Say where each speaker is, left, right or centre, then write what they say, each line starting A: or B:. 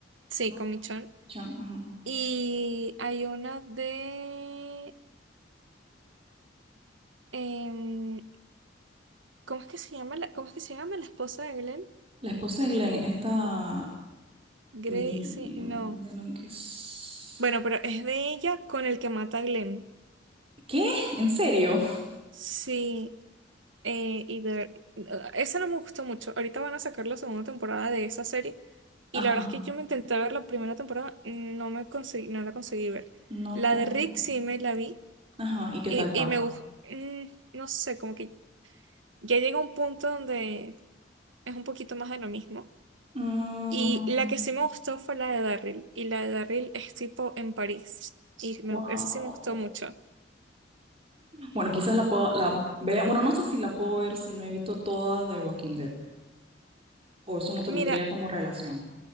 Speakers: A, on the right; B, on the right.
A: sí,
B: ¿no?
A: con Michonne.
B: Michonne, ajá.
A: Y hay una de, em, ¿cómo es que se llama la, cómo es que se llama la esposa de Glenn?
B: La esposa de Glenn, esta
A: Gracie,
B: Mi,
A: no.
B: de lo que es...
A: Bueno, pero es de ella con el que mata a Glenn.
B: ¿Qué? ¿En serio?
A: Sí. Eh, y de, ah, esa no me gustó mucho. Ahorita van a sacar la segunda temporada de esa serie. Y
B: Ajá,
A: la verdad es que yo me intenté ver la primera temporada, no me conseguí, no la conseguí ver.
B: no
A: La
B: te
A: de
B: gustan.
A: Rick sí me la vi.
B: Ajá, ¿y qué
A: Y,
B: tal estaba?
A: y me gustó. no sé, como que ya llega un punto donde es un poquito más de lo mismo.
B: Mm,
A: Y la que sí me gustó fue la de Daryl. Y la de Daryl es tipo en París. Y me,
B: wow.
A: esa sí me gustó mucho.
B: Bueno, quizás la puedo, la vea, bueno, no sé si la puedo ver si no he visto toda de Walking Dead, o eso no tendría
A: Mira,
B: como relación.